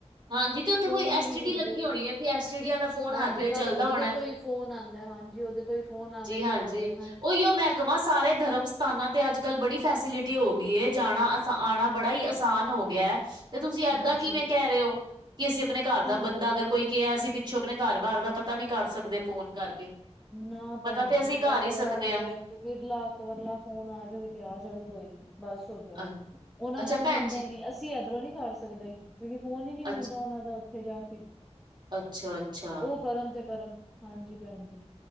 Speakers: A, on the right; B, in the centre.
A: ਹਾਂਜੀ ਤੇ ਉੱਥੇ
B: ਫੋਨ
A: ਕੋਈ
B: ਹੀ
A: ਐਸ
B: ਨੀ
A: ਟੀ
B: ਮਿਲਦੇ
A: ਡੀ ਲੱਗੀ ਹੋਣੀ ਏ, ਐਸ ਟੀ ਡੀਆਂ ਦਾ ਫੋਨ
B: ਹਾਂਜੀ
A: ਹਰ ਵੇਲੇ
B: ਬਸ
A: ਚੱਲਦਾ ਹੋਣਾ।
B: ਉਹਦੇ ਤੋਂ ਹੀ ਫੋਨ ਆਂਦਾ, ਹਾਂਜੀ ਉਹਦੇ ਤੋਂ ਹੀ ਫੋਨ ਆਵੇ।
A: ਹਾਂਜੀ
B: ਤੇ ਆਵੇ
A: ਉਹੀਓ ਮੈਂ ਕਵਾਂ, ਸਾਰੇ ਧਰਮ ਸਥਾਨਾਂ ਤੇ ਅੱਜ- ਕੱਲ੍ਹ ਬੜੀ ਫੈਸਲਿਟੀ ਹੋ ਗਈ ਏ, ਜਾਣਾ ਤਾਂ ਆਣਾ ਬੜਾ ਹੀ ਆਸਾਨ ਹੋ ਗਿਆ ਐ। ਤੇ ਤੁਸੀਂ ਏਦਾਂ
B: ਹਾਂਜੀ
A: ਕਿਵੇਂ ਕਹਿ ਰਹੇ ਹੋ, ਕਿ ਅਸੀਂ ਆਪਣੇ ਘਰ
B: ਹਾਂਜੀ
A: ਦਾ ਬੰਦਾ ਅਗਰ ਕੋਈ ਕਿਹਾ ਅਸੀਂ ਪਿੱਛੋਂ ਆਪਣੇ ਘਰ ਬਾਰ ਦਾ ਪਤਾ ਨੀ ਕਰ ਸਕਦੇ ਫੋਨ ਕਰਕੇ।
B: ਨਾ
A: ਪਤਾ
B: ਭੈਣ
A: ਤੇ
B: ਜੀ,
A: ਅਸੀਂ ਕਰ
B: ਬਸ
A: ਹੀ
B: ਬੜਾ
A: ਸਕਦੇ
B: ਔਖਾ। ਵਿਰਲਾ ਕ ਵਰਲਾ ਫੋਨ ਆ ਜਾਵੇ ਤੇ ਆ ਜਾਵੇ ਕੋਈ, ਬਸ। ਸਗੋ
A: ਹਾਂ
B: ਉਹਨਾਂ
A: ਅੱਛਾ
B: ਦਾ ਤੇ
A: ਭੈਣ
B: ਮਿਲਦਾ
A: ਜੀ
B: ਹੀ ਨਹੀਂ, ਅਸੀਂ ਇਧਰੋਂ ਨੀ ਕਰ ਸਕਦੇ। ਕਿਉਂਕਿ ਫੋਨ ਹੀ ਨਹੀਂ ਮਿਲਦਾ
A: ਅੱਛ
B: ਉਹਨਾਂ ਦਾ ਉੱਥੇ ਜਾ ਕੇ,
A: ਅੱਛਾ-ਅੱਛਾ।
B: ਉਹ ਕਰਨ ਤੇ ਕਰਨ। ਹਾਂਜੀ, ਭੈਣਜੀ।